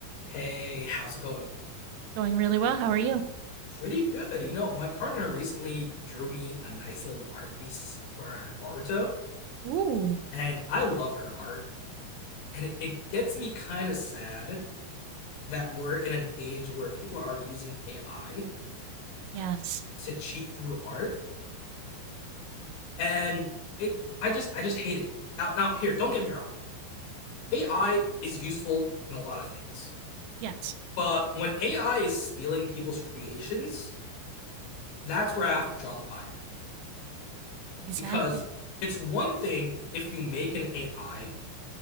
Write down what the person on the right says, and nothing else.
It's going really well. How are you?
Ooh.
Yes.
Yes.
Exactly.